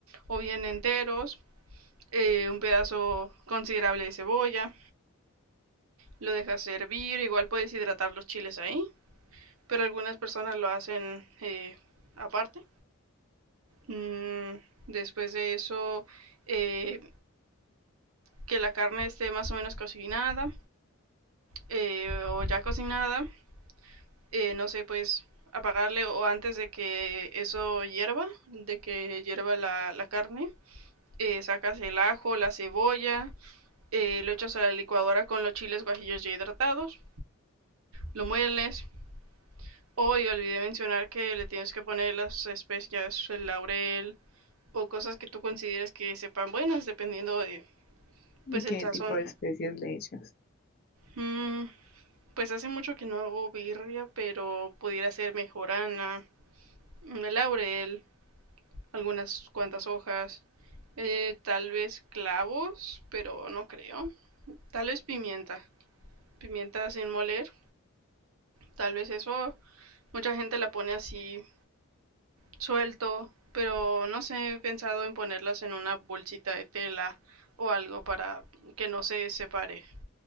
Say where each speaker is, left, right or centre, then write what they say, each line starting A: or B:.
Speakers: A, on the right; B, on the left.
A: o bien enteros, eh, un pedazo considerable de cebolla, lo dejas hervir, igual puedes hidratar los chiles ahí, pero algunas personas lo hacen eh, aparte. Mm, después de eso, eh, que la carne esté más o menos cocinada eh, o ya cocinada, eh, no sé, pues apagarle o antes de que eso hierva, de que hierva la, la carne, eh, sacas el ajo, la cebolla, eh, lo echas a la licuadora con los chiles guajillos ya hidratados, lo mueles. Hoy olvidé mencionar que le tienes que poner las especias, el laurel o cosas que tú consideres que sepan buenas, dependiendo de
B: ¿Y
A: pues
B: qué
A: el sazón.
B: tipo de especias le echas?
A: Mm, pues hace mucho que no hago birria, pero pudiera ser mejorana, el laurel, algunas cuantas hojas, eh, tal vez clavos, pero no creo. Tal vez pimienta, pimienta sin moler, tal vez eso mucha gente la pone así suelto, pero no sé, he pensado en ponerlas en una bolsita de tela o algo para que no se separe.